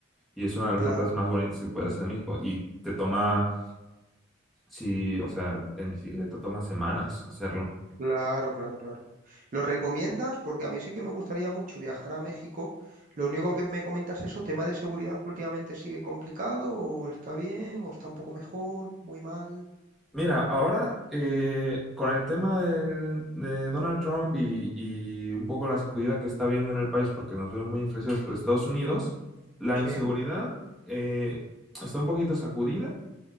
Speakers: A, in the centre; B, on the right.
A: Y es una de las
B: claro.
A: rutas más bonitas que puedes hacer en México. Y te toma, sí, o sea, en bicicleta toma semanas hacerlo.
B: Claro, claro, claro. ¿Lo recomiendas? Porque a mí sí que me gustaría mucho viajar a México. Lo único que me comentas es eso, tema de seguridad que últimamente sigue complicado, o está bien, o está un poco mejor, muy mal.
A: Mira, ahora eh, con el tema del- de, Donald Trump y, y un poco la sacudida que está viendo en el país, porque nos vemos muy influenciados por Estados Unidos, la
B: Sí.
A: inseguridad eh, está un poquito sacudida,